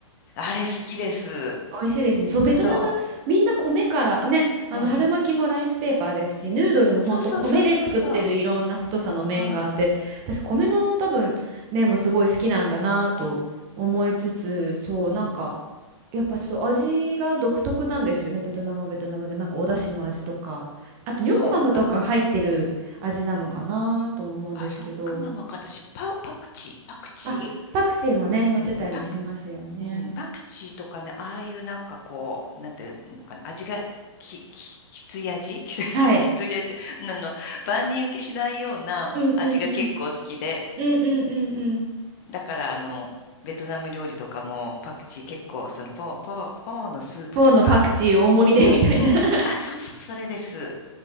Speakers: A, on the left; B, on the right.
A: あれ好きです。
B: 美味しいですね。そう、ベトナム、
A: そ
B: みんな米からね、あの、
A: う。うん。
B: 春巻きもライスペーパーですし、ヌードルもほんと米で作ってるいろんな太さの麺があって、
A: そうそうそうそうそう。うん、
B: 私、米の多分、麺もすごい好きなんだなと思いつつ、そう、
A: うん。
B: なんか、やっぱちょっと味が独特なんですよね、ベトナムはベトナムで。なんかお出汁の味とか、あと、
A: そう。
B: ニョクマムとか入ってる味なのかなとも思うんですけど、
A: あの、うん。あ、よくママか、私、パ、パクチー、パクチ
B: あ、パクチーもね、乗ってたりしますよね。
A: ーうん、パク、うん、パクチーとかね、ああいうなんかこう、なんていうのかな、味が、き、き、きつい味 <laughs> きつい味あの、
B: はい。
A: 万人受けしないような味が結構好きで、
B: うんうんうん。うんうんうんうん。
A: だから、あの、ベトナム料理とかもパクチー結構、そのフォー、フォー、フォーのスープとか、
B: ーのパクチー大盛りでみたいな
A: うんうん。
B: <laughs>
A: あ、そうそう、それです。